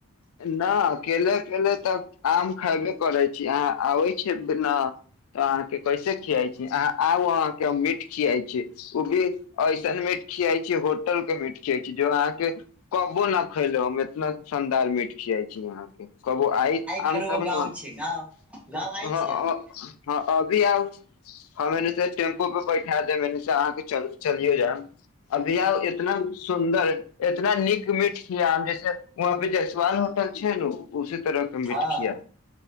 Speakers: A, on the left; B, in the centre.
A: नहि अकेले अकेल तऽ आम खायबे। करे छी अहाँ आबै छी ने त अहाँ के कैसे खियाइ छी अहाँ आउ अहाँ के मीट खियाई छी ओ भी ऐसन मीट खिया छी होटल के मीट खिया छी जो अहाँ। के कबो न खैले हम एतना शानदार मीट खियाइ छी यहाँके। कबो आइ आम
B: क रउआ
A: तब ने
B: गाँव
A: व।
B: छै गाँव
A: <unintelligible>
B: गाँव आइ छै हम
A: रियउ। हँंने ेम्पो पर। बैठा दे मने से अहाँके चलियो जा अभी आ इतना सुन्दर। इतना नीक मिीठ खिया जैसे वहाँ पे जसवाल होटल छै ने उसी तरह के मिीठ
B: हँ
A: खिया।